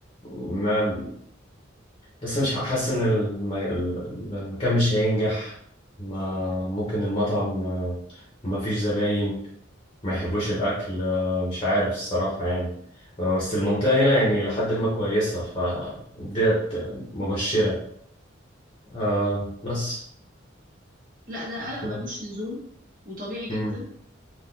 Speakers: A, on the left; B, on the right.
A: ما لسه مش حاسس إن الم- ال- المكان مش هينجح ما ممكن المطعم آه، ما فيش زباين ما يحبوش الأكل آه، مش عارف الصراحة يعني آه، بس المنطقة هنا يعني لحد ما كويسة فديت مبشرة آه، بس
B: لا ده
A: احنا
B: قلق ملوش لزوم وطبيعي جدا
A: مم.